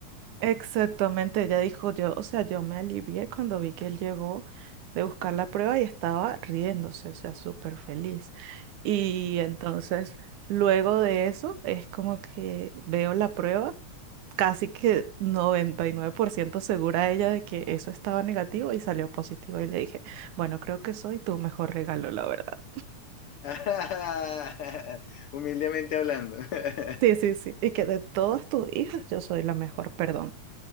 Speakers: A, on the right; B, on the left.
A: Exactamente, ella dijo yo, o sea, yo me alivié cuando vi que él llegó de buscar la prueba y estaba riéndose, o sea, súper feliz. Y entonces, luego de eso, es como que veo la prueba, casi que 99% segura ella de que eso estaba negativo y salió positivo. Y le dije, bueno, creo que soy tu mejor regalo, la verdad.
B: <laughs> Humildemente hablando. <laughs>
A: Sí, sí, sí. Y que de todas tus hijas, yo soy la mejor, perdón.